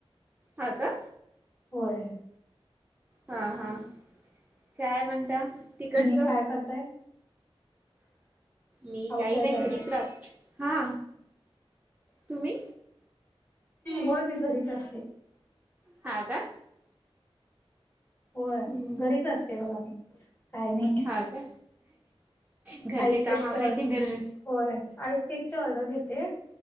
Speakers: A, on the right (about 15°); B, on the left (about 20°).
A: ह का
B: होय
A: हा हा काय म्हणता तिकडचं
B: तुम्ही काय करताय
A: मी
B: हाऊस
A: काही
B: वाईफ
A: नाही घरीच
B: आहे काय
A: राह हा तुम्ही
B: होय मी घरीच असते
A: ह
B: होय
A: हम्म
B: घरीच असते बघा मी काय नाही
A: हा का घरचे
B: आईसककच्या
A: काम आवरायचे घर
B: होय आईस केक चर्ड घेते